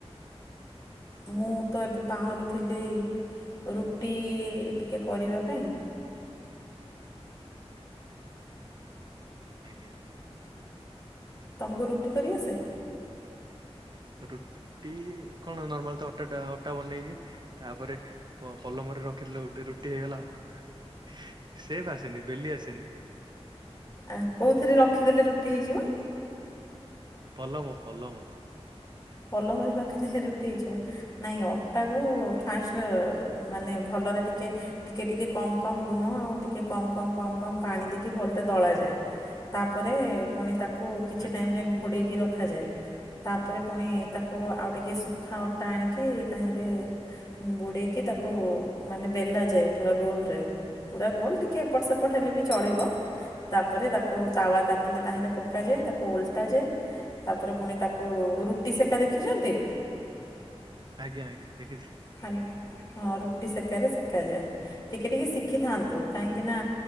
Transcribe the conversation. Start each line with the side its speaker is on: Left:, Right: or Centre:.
Left: ମୁଁ ତ ଏବେ ବାହାରୁଥିଲି ରୁଟି ଟିକେ କରିବା ପାଇଁ
Right: ଆଜ୍ଞା।
Left: ତମକୁ ରୁଟି କରିଆସେ?
Right: ରୁଟି କଣ ନର୍ମାଲ ତ ଅଟା ଟା ଅଟା ବନେଇକି ତାପରେ ପ ପଲମରେ ରଖିଥିଲେ ରୁଟି ହେଇଗଲା ଆଉ ସେ ବି ଆସେନି ବେଲି ଆସେନି।
Left: ଆ କୋଉଥିରେ ରଖିଦେଲେ ରୁଟି ହେଇଯିବ?
Right: ପଲମ ପଲମ।
Left: ପଲମରେ ରଖିଦେଲେ ରୁଟି ହେଇଯିବ। ନାଇଁ ଅଟାକୁ ଫାଷ୍ଟ ମାନେ ଭଲରେ ଟିକେ ଟିକେ ଟିକେ କମ କମ ଲୁଣ ଆଉ ଟିକେ କମ କମ କମ କମ ପାଣି ଦେଇକି ଭଲରେ ଦଳାଯାଏ। ତାପରେ ପୁଣି ତାକୁ କିଛି
Right: ଆଜ୍ଞା
Left: ଟାଇମ ଯାଏ ଘୋଡେଇକି ରଖାଯାଏ ତାପରେ ପୁଣି ତାକୁ ଆଉ ଟିକେ ଶୁଖା ଅଟା ଆଣିକି ତାହିଁରେ ବୁଡେଇକି ତାକୁ ମାନେ ବେଲା ଯାଏ ପୁରା ଗୋଲରେ। ପୁରା ଗୋଲ ଟିକିଏ ଏପଟ ସେପଟ ହେଲେ ବି ଚଳିବ। ତାପରେ ତାକୁ ତାୱା ତାତିଲେ ତାହିଁରେ ପକାଯାଏ ତାକୁ ଓଲଟାଯାଏ। ତାପରେ ପୁଣି ତାକୁ ରୁଟି ସେକା ଦେଖିଛନ୍ତି?
Right: ଆଜ୍ଞା ଆଜ୍ଞା ଦେଖିଛି।
Left: ଖାଲି ହଁ ରୁଟି ସେକାରେ ସେକାଯାଏ ଟିକେ ଟିକେ ଶିଖିଥାନ୍ତୁ କାହିଁକିନା?